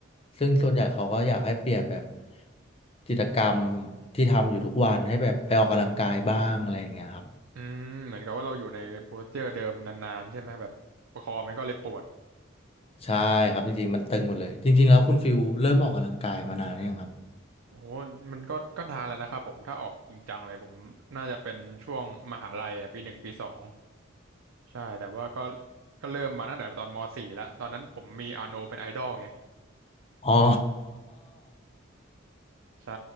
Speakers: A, on the left; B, on the right.
A: ซึ่งส่วนใหญ่เขาก็อยากให้เปลี่ยนแบบกิจกรรมที่ทำอยู่ทุกวันให้แบบไปออกกำลังกายบ้างอะไรอย่างเงี้ยครับ
B: อืมเหมือนกับว่าเราอยู่ในโพสเจอร์เดิมนานๆใช่ไหมแบบคอมันก็เลยปวด
A: ใช่ครับจริงๆมันตึงหมดเลยจริงๆแล้วคุณฟิลเริ่มออกกำลังกายมานานหรือยังครับ
B: โอ้โหมันก็ก็นานแล้วนะครับผมถ้าออกจริงจังเลยผมน่าจะเป็นช่วงมหาลัยอะปีหนึ่งปีสองใช่แต่ว่าก็ก็เริ่มมาตั้งแต่ตอนมสี่แล้วตอนนั้นผมมีอาโนเป็นไอดอลไง
A: อ๋อ
B: ใช่